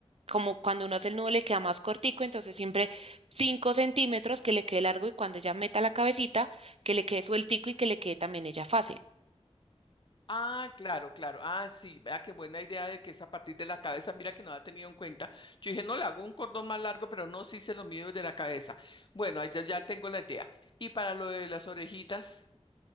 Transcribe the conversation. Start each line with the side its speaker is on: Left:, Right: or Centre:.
Right: como cuando uno hace el nudo le queda más cortico, entonces siempre 5 centímetros que le quede largo y cuando ella meta la cabecita, que le quede sueltico y que le quede también ella fácil.
Left: Ah, claro, claro. Ah, sí. Vea qué buena idea de que es a partir de la cabeza. Mira que no la ha tenido en cuenta. Yo dije, no, le hago un cordón más largo, pero no, sí se lo mido desde la cabeza. Bueno, ahí ya, ya tengo la idea. Y para lo de las orejitas,